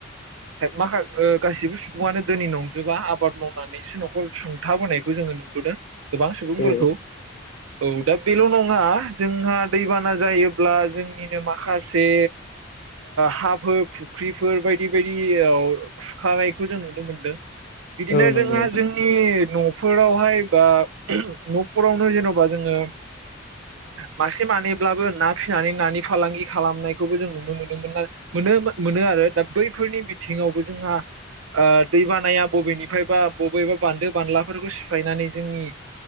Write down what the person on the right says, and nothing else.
माखा गासिबो सुबुङानो दोै नंजोबा आबाद मावनानैसो नखर सुंथाबोनायखौ जोङो नुबोदों। गोबां सुबुंफोरखौ।
औ दा बेल नङा जोंहा दैबाना जायोब्ला जों। जोंनिनो माखासे हाफोर फुख्रिफोर बायदि बायदि खुरखानायखौ जों नुनो मोनदों। बिदिनो
जोंहा
जोंनि न फोरावहाय बा न'फोरावनो जेन'बा जोङो मासे मानैब्लाबो ना फिसिनानै न फालांगि खालामनायखौबो जों नुनो मोनोमोन मोन मोनो आरो, दा बैफोरनि बिथिङावबो जोंहा दैबानाया बबेनिफ्रायबा बबेबा बान्दो बानलाफोरखौ सिफायनानै जोंनि